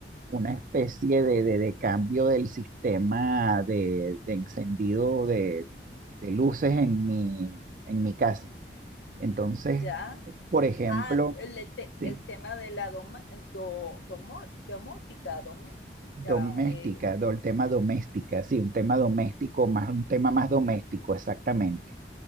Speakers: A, on the right; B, on the left.
A: una especie de, de- de cambio del sistema de, de encendido de, de luces en mi, en mi casa. Entonces,
B: Ya.
A: por ejemplo,
B: Ah, el, el te-
A: sí,
B: el tema de la doma- do- domo- domótica, doméstica.
A: doméstica,
B: eh.
A: do- el tema doméstica, sí, un tema doméstico, más un tema más doméstico, exactamente.